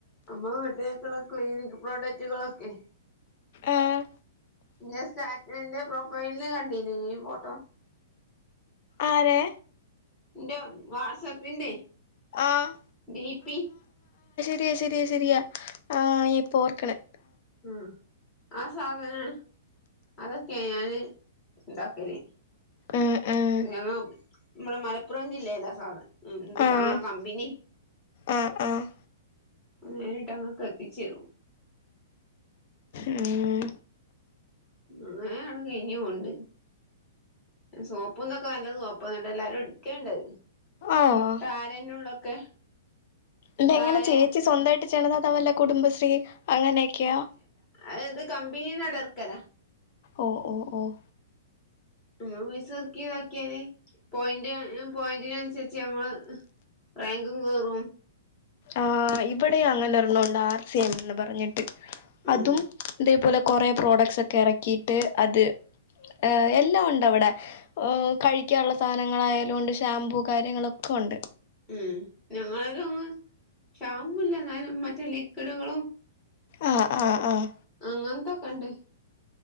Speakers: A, on the left (about 15°); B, on the left (about 40°).
A: അമ്മളെ വീട്ട്ക്കക്ക്ള്ള ക്ലീനിക് പ്രോഡക്റ്റുകളൊക്കെ.
B: ആഹ്
A: ന്റെ സാറ്റ് എന്റെ പ്രൊഫൈല് കണ്ടീന് ഈ ഫോട്ടോ.
B: ആരെ?
A: ന്റെ വാട്സആപ്പിന്റെ
B: ആഹ്
A: ഡി പി
B: ശെരിയാ ശെരിയാ ശെരിയാ ആഹാ ഞ്ഞാനിപ്പൊ ഓർക്ണേ
A: ആഹാ ആ സാധനാണ് അതൊക്കെ ഞാന് ഇണ്ടാക്കല്.
B: ആഹ് ആഹ്
A: <unintelligible> നമ്മടെ മലപ്പുറം ജില്ലേലാ സാധ ഞ്ഞങ്ങളെ
B: ആഹ്
A: കമ്പിനി
B: ആഹ് ആഹ്
A: നേരിട്ടങ്ങക്ക്എത്തിച്ചെരും
B: എഹേ
A: അങ്ങനേ ആണ്ട് കഴിഞ്ഞു പോവ്ണ്ട് സോപ്പും ന്ത്ക്കെ നല്ല സോപ്പ അത്കൊണ്ട് എല്ലാരും എടുക്കേണ്ടത്.
B: ആഹ്
A: താരനുള്ളൊക്കെ.
B: ഇതെങ്ങനെ
A: താരൻ
B: ചേച്ചി സ്വന്തായിട്ട് ചെയ്യ്ണതോ വല്ലകുടുംബശ്രീ അങ്ങനെക്കെയാ?
A: അഹ്ഇത് കമ്പിനീന്നാട്ട് എർക്കലാ
B: ഓഹ് ഓഹ് ഓഹ്
A: നമ്മള് പൈസർക്കിതാക്കിയാല് പോയിന്റ് പോയിന്റിനൻസരിച്ച് നമ്മള് ഹ് റാങ്കും കേറും.
B: ആ ഇവിടെ അങ്ങനെ ഒരെണ്ണണ്ട് ആർ സി എം എന്ന് പറഞ്ഞിട്ട് അതും.
A: ഉം
B: ഇതേപോലെ കൊറേ പ്രോഡക്ട്സ് ഒക്കെ എറക്കിയിട്ട് അത് ഏഹ് എല്ലാം ഒണ്ടവിടെ. ഹോ കഴിക്കാനുള്ള സാധനങ്ങളായാലുണ്ട് ഷാമ്പൂ കാര്യങ്ങളൊക്കെ ഒണ്ട്.
A: ഉം ഞങ്ങളിലൊന്നും ഷാമ്പൂല്ല ഇന്നാലും മറ്റേ ലിക്വിഡുകളും.
B: ആഹ് ആഹ് ആഹ്
A: അങ്ങനത്തൊക്കെ ഇണ്ട്,